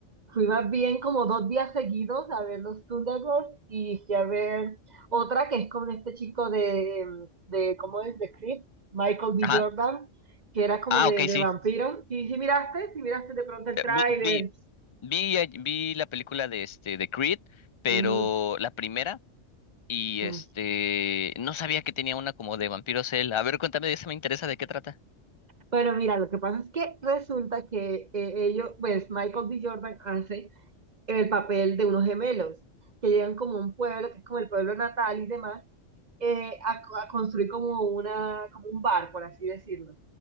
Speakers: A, on the right; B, on the left.
A: fui más bien como dos días seguidos a ver los Thunderbolts y fui a ver otra que es con este chico de, de ¿cómo es? De Creed, Michael B.
B: Ajá.
A: Jordan, que era como
B: Ah,
A: de,
B: ok,
A: de
B: sí.
A: vampiro. Sí, sí miraste, sí miraste de pronto el tráiler.
B: Vi, vi, vi, a- vi la película de este de Creed, pero
A: Ujú,
B: la primera y
A: ujú.
B: este no sabía que tenía una como de vampiros él. A ver, cuéntame, de esa me interesa de qué trata.
A: Bueno, mira, lo que pasa es que resulta que eh, ellos, pues Michael B. Jordan hace el papel de unos gemelos que llegan como un pueblo, que es como el pueblo natal y demás, eh, a, a construir como, una, como un bar, por así decirlo.